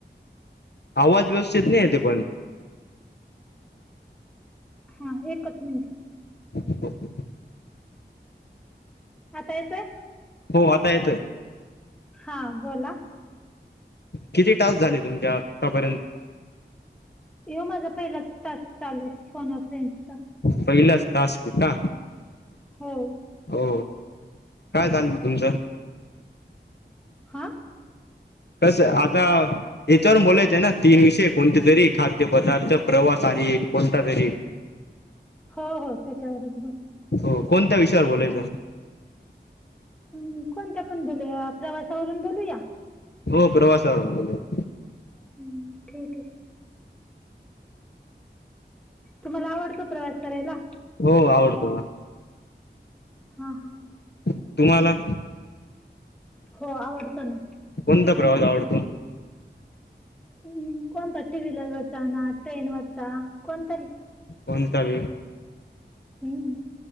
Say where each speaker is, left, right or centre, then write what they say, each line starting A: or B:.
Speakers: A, on the left (about 65°); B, in the centre.
A: आवाज व्यवस्थित नाही येत ते पण
B: हा एकच मिनिटं.
A: ह
B: आता येतोय?
A: हो आता येतोय.
B: हा बोला?
A: किती तास झाले तुमच्या आतापर्यंत?
B: ह्यो माझा पहिलाच टास्क चालूय फोन फ्रेंड्सचा.
A: पहिलाच टास्क का?
B: हो
A: हो काय चालू ये तुमचं?
B: हा
A: कस आता याच्यावरून बोलायचं ना तीन विषय कोणते तरी खाद्यपदार्थ प्रवास आणि एक कोणता तरी
B: हो हो त्याच्यावरच बोलायचं
A: हो कोणत्या विषयावर बोलायचं
B: हम्म कोणत्यातून बोलूया प्रवासावरून बोलूया
A: हो प्रवासावरुन बोलू.
B: हम्म ठीक आहे. तुम्हाला आवडतो प्रवास करायला?
A: हो आवडतो ना.
B: हां हां
A: तुम्हाला?
B: हो आवडतो ना.
A: कोणता प्रवास आवडतो?
B: हम्म कोणता टी वलर वच ना ट्रेन वरचा कोणता ही
A: कोंतवी
B: हम्म